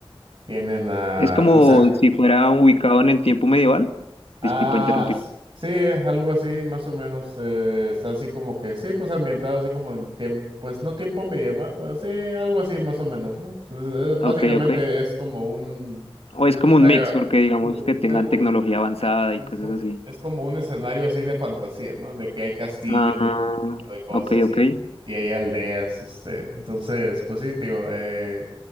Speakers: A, on the right; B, on the left.
A: tienen a,
B: Es como
A: pues a,
B: si fuera ubicado en el tiempo medieval.
A: Ah,
B: Disculpa interrumpir.
A: s- sí, algo así, más o menos. eh, está así como que, sí, pues ambientado así como en tiempo, pues no tiempo medieval, pero sí, algo así, más o menos, ¿no? Entonces, eh, básicamente
B: Ok, ok.
A: es como un,
B: O
A: un
B: es
A: escenario,
B: como un mix, porque digamos
A: un- un-
B: que tengan
A: un-
B: tecnología avanzada
A: es, es
B: y cosas
A: como,
B: así.
A: es como un escenario así de fantasía, ¿no? De que hay castillos
B: Ah,
A: y todo ese tipo de cosas
B: ok, ok.
A: y, y hay aldeas, este. Entonces, pues sí, te digo, eh,